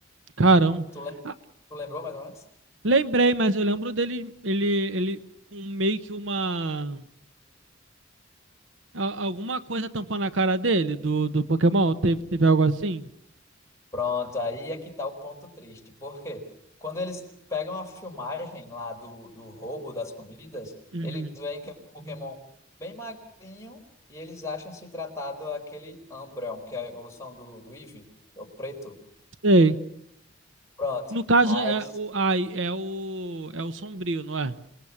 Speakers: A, on the right; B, on the left.
A: Caramba.
B: Tu, lem-
A: Ah,
B: tu lembrou mais ou menos?
A: lembrei, mas eu lembro dele, ele, ele, um, meio que uma, a- alguma coisa tampando a cara dele, do, do Pokémon, teve, teve algo assim?
B: Pronto, aí é que tá o ponto triste, porque quando eles pegam a filmagem lá do, do roubo das comidas,
A: Uhum.
B: eles veem que é um Pokémon bem magrinho e eles acham se tratado aquele Umbreon, que é a evolução do, do Eevee, é o preto.
A: Sei.
B: Pronto,
A: No caso,
B: aí,
A: é o, ai, é o, é o Sombrio, não é?